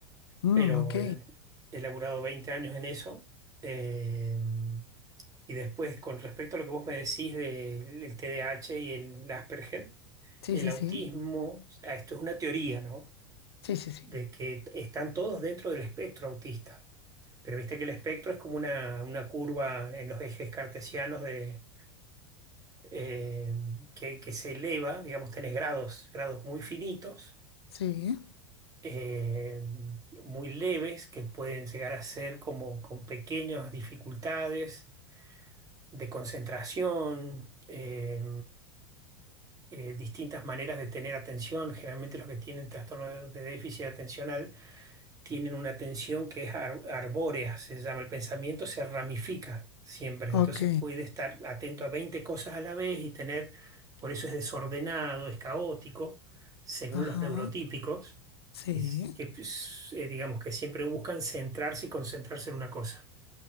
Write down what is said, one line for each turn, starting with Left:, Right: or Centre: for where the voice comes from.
Left: Mm,
Right: Pero
Left: ok.
Right: el- he laburado 20 años en eso. eh, y después, con respecto a lo que vos me decís del el T D A H y el Asperger.
Left: Sí,
Right: el
Left: sí,
Right: autismo,
Left: sí.
Right: ah, esto es una teoría, ¿no?
Left: Sí, sí, sí.
Right: De que están todos dentro del espectro autista. Pero viste que el espectro es como una, una curva en los ejes cartesianos de, eh, que, que se eleva, digamos, tenés grados, grados muy finitos,
Left: Sí.
Right: eh, muy leves, que pueden llegar a ser como con pequeñas dificultades de concentración, eh, eh, distintas maneras de tener atención. Generalmente los que tienen trastorno de de déficit atencional tienen una tensión que es ar- arbórea, se llama, el pensamiento se ramifica siempre,
Left: Ok.
Right: entonces puede estar atento a 20 cosas a la vez y tener, por eso es desordenado, es caótico, según
Left: Ajá.
Right: los neurotípicos,
Left: Sí.
Right: es que pues, eh, digamos que siempre buscan centrarse y concentrarse en una cosa